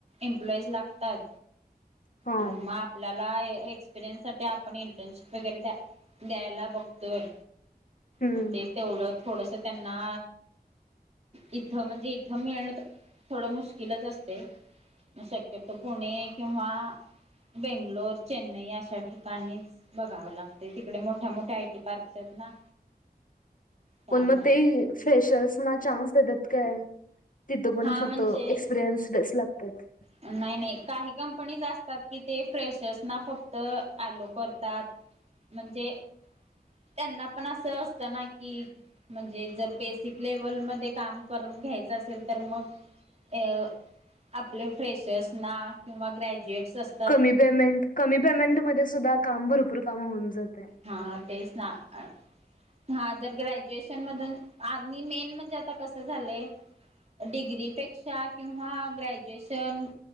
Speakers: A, on the right; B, on the left.
A: एम्प्लॉईज लागतात
B: हा
A: आणि म आपल्याला एक्स एक्सपिरियन्ससाठी आपण इंटर्नशिप वगैरे द्या-द्यायला बघतोय.
B: हम्म
A: म ते तेवढं थोडस त्यांना इथं म्हणजे इथं मिळण त थोडं मुश्किलच असते. शक्यतो पुणे किंवा बेंगलोर, चेन्नई अशा ठिकाणीच. बघावं लागतं तिकडे मोठ्या, मोठ्या आयटी पार्कस हेत ना. त्यामुळं
B: पण मग ते फ्रेशर्स ना चान्स देतात काय तिथ पण
A: हा
B: फक्त
A: म्हणजे
B: एक्स एक्सपिरीयन्सड च लागतात.
A: नाही, नाही काही कंपनीज असतात की ते फ्रेशर्स ना फक्त आलो करतात. म्हणजे त्यांना पण असं असतं ना कि- म्हणजे जर बेसिक लेवलमध्ये काम करून घ्यायचं असेल तर मग, अ- आपले फ्रेशर्स ना किंवा ग्रॅज्युएट्स अस-
B: कमी पेमेंट, कमी पेमेंटमध्ये सुद्धा काम भरपूर काम होऊन जात.
A: हां. तेच ना. अ - हां. जर ग्रॅज्युएशन मधून, आ मेन म्हणजे आता कसं झालंय? डिग्रीपेक्षा किंवा ग्रॅज्युएशन-